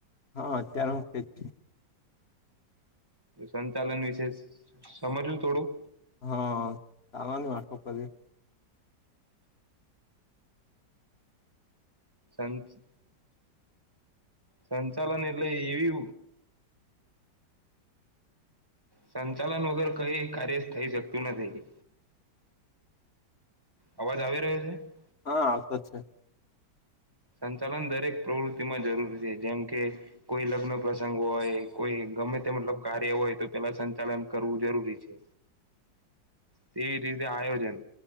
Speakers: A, on the left; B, on the right.
A: હા અત્યારે હું કે જ છ
B: તો સંચાલન વિશે સમજવું થોડું
A: હા ચાલવાની વાટો કરી
B: સં સંચાલન એટલે એવી સંચાલન વગર કઈ કાર્ય થઈ શકતું નથી અવાજ આવી રહ્યો છે
A: હા આવતો જ છે
B: સંચાલન દરેક પ્રવૃત્તિમાં જરૂરી છે જેમ કે કોઈ લગ્ન પ્રસંગ હોય કોઈ ગમે તે મતલબ કાર્ય હોય તો પેલા સંચાલન કરવું જરૂરી છે તે રીતે આયોજન